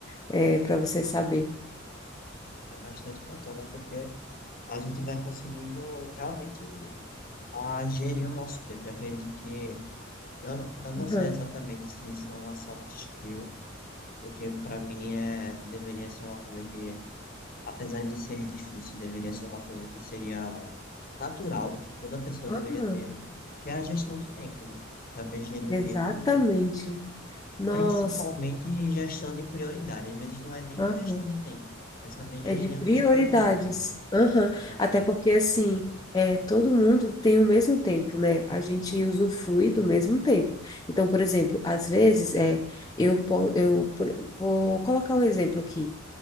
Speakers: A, on the left; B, on the left.
A: é, para você saber.
B: É bastante bacana, porque a gente vai conseguindo realmente a gerir o nosso tempo. Eu acredito que eu não, eu não
A: Aham,
B: sei exatamente se isso é uma soft skill, porque para mim é deveria ser uma coisa que, apesar de ser difícil, deveria ser uma coisa que seria natural, toda pessoa
A: aham,
B: deveria ter, que é a gestão de tempo, né? Saber gerir
A: Exatamente.
B: o tempo e
A: Nossa,
B: Principalmente em gestão de prioridade, Às vezes não é nem
A: aham.
B: gestão de tempo. É saber gerir
A: É de prioridades.
B: as tuas prioridades, né?
A: Aham.
B: É,
A: Até porque, assim, é, todo mundo tem o mesmo tempo, né? A gente usufrui do mesmo tempo. Então, por exemplo, às vezes, é, eu, po- eu por- vou colocar um exemplo aqui.